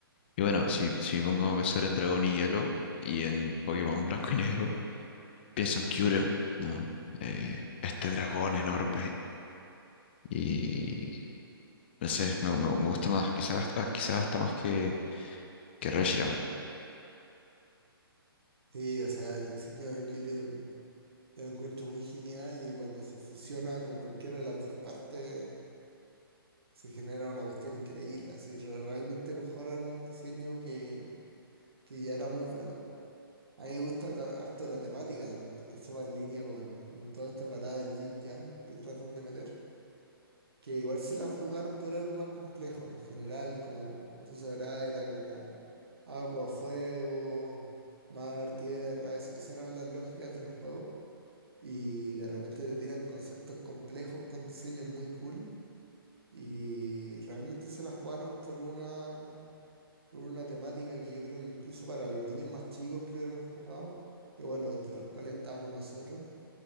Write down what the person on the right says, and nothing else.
Sí, o sea, el diseño de Curie mm, yo lo encuentro muy genial y cuando se fusiona con cualquiera de las dos partes se genera una cuestión increíble. Así re- realmente mejoran un diseño que, que ya era muy bueno. A mí me gusta ta- harto la temática también, porque eso va en línea con, con toda esta parada del yin yang que tratan de meter. que igual se la jugaron por algo más complejo. En general, como, como tú sabrás, era como agua, fuego, mar, tierra. es- esas eran las lógicas de los juegos. Y de repente te tiran conceptos complejos con diseños muy cool. Y realmente se la jugaron por una, por una temática que yo creo que incluso para los niños más chicos creo que no jugado. Que bueno, entre los cuales estábamos nosotros.